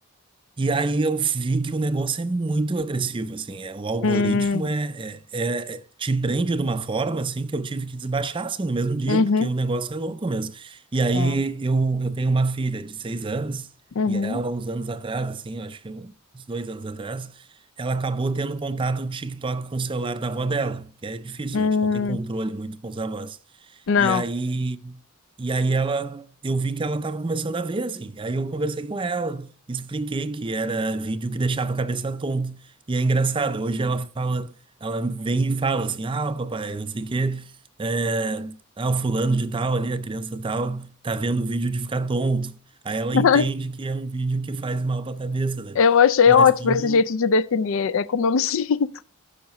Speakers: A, on the right; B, on the left.
A: E aí eu vi que o negócio é muito agressivo, assim, é, o algoritmo
B: Hum,
A: é, é, é- é- te prende de uma forma, assim, que eu tive que desbaixar, assim, no mesmo dia,
B: uhum,
A: porque o negócio é louco mesmo. E aí
B: é,
A: eu, eu tenho uma filha de seis anos,
B: uhum,
A: e ela, uns anos atrás, assim, eu acho que um, uns dois anos atrás, ela acabou tendo contato do TikTok com o celular da avó dela, que é difícil,
B: hum,
A: né? A gente não tem controle muito com os avós.
B: não.
A: E aí, e aí ela, eu vi que ela estava começando a ver, assim, aí eu conversei com ela, expliquei que era vídeo que deixava a cabeça tonta. E é engraçado, hoje ela fala, ela vem e fala assim, ah, papai, não sei o quê, é, ah, o fulano de tal ali, a criança tal, tá vendo o vídeo de ficar tonto. Aí ela
B: <laughs>
A: entende que é um vídeo que faz mal pra cabeça, né?
B: Eu achei
A: Mas
B: ótimo
A: como...
B: esse jeito de definir, é como eu me <laughs> sinto.